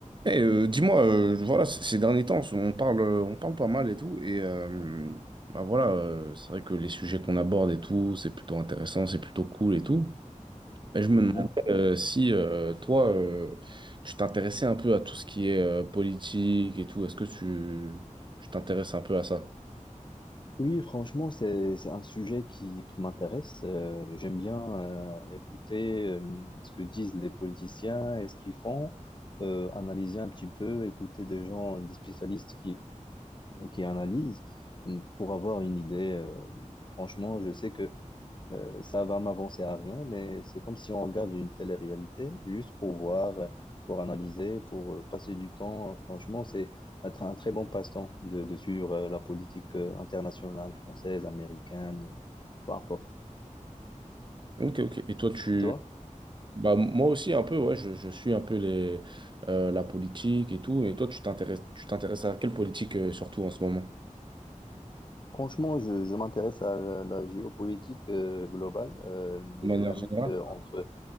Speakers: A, on the right; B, on the left.
A: Eh, euh, dis-moi, euh, voilà, c- ces derniers temps, on parle, euh, on parle pas mal et tout, et euh, bah voilà, euh, c'est vrai que les sujets qu'on aborde et tout, c'est plutôt intéressant, c'est plutôt cool et tout. Et je me
B: Mhm.
A: demandais euh, si euh, toi, euh, tu t'intéressais un peu à tout ce qui est euh, politique et tout, est-ce que tu, tu t'intéresses un peu à ça?
B: Oui, franchement, c'est, c'est un sujet qui, qui m'intéresse. Euh, j'aime bien euh, écouter euh, ce que disent les politiciens et ce qu'ils font, euh, analyser un petit peu, écouter des gens, des spécialistes qui, qui analysent euh, pour avoir une idée. Euh, franchement, je sais que Euh, ça va m'avancer à rien, mais c'est comme si on regarde une télé-réalité, juste pour voir, pour analyser, pour euh, passer du temps. Franchement, c'est un, tr- un très bon passe-temps de, de suivre euh, la politique euh, internationale, française, américaine, euh, peu importe.
A: Ok, ok. Et toi, tu,
B: Et toi?
A: bah moi aussi un peu, ouais, je, je suis un peu les, euh, la politique et tout, et toi, tu t'intéresses, tu t'intéresses à quelle politique euh, surtout en ce moment?
B: Franchement, je, je m'intéresse à la, la géopolitique euh, globale, euh, les
A: De manière
B: dynamiques
A: générale
B: euh, entre